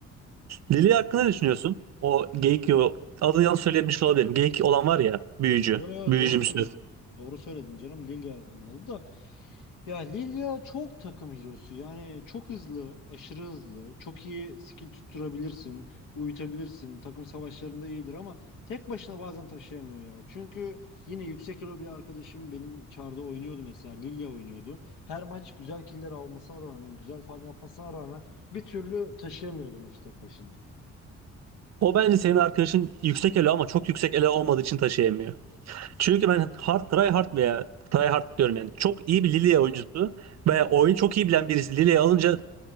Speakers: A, on the right; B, on the left.
A: Lili
B: Hmm.
A: hakkında ne düşünüyorsun? O geyik yo adını yanlış söylemiş olabilirim. Geyik olan var ya büyücü.
B: Yo yo
A: Büyücümsü.
B: doğru söyledin. Doğru söyledin canım Lilia onun adı da. Ya Lilia çok takım hero'su. Yani çok hızlı, aşırı hızlı. Çok iyi skill tutturabilirsin, uyutabilirsin. Takım savaşlarında iyidir ama tek başına bazen taşıyamıyor ya. Çünkü yine yüksek elo bir arkadaşım benim çarda oynuyordu mesela. Lilia oynuyordu. Her maç güzel killer almasına rağmen, güzel farm yapmasına rağmen bir türlü taşıyamıyordu maçı tek başına.
A: O bence senin arkadaşın yüksek elo ama çok yüksek elo olmadığı için taşıyamıyor. Çünkü ben hard try hard veya try hard diyorum yani. Çok iyi bir Lilia oyuncusu veya oyunu çok iyi bilen birisi Lilia'yı alınca